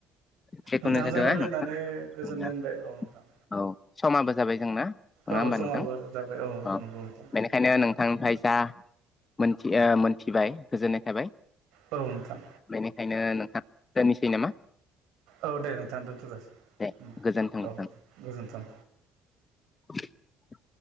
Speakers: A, on the left; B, on the right.
A: जेखुनु
B: नोंथांजों
A: जादोआ
B: रायलायनानै
A: नोंथां
B: गोजोननाय
A: जोंना
B: मोनबाय औ नोंथां।
A: औ समाबो जाबाय जोंना। नङा
B: औ
A: होमबा
B: समाबो
A: नोंथां?
B: जाबाय
A: औ
B: नंगौ नोंथां
A: बेनिखायनो नोंथांनिफ्राय जा मोनथिओ- मोनथिबाय गोजोननाय थाबाय
B: औ नोंथां
A: बेनिखायनो नोंथां दोननिसै नामा?
B: औ दे नोंथाङा दोनथ' जासि
A: दे गोजोन्थों नोंथां
B: औ गोजोन्थों।
A: <inaudible>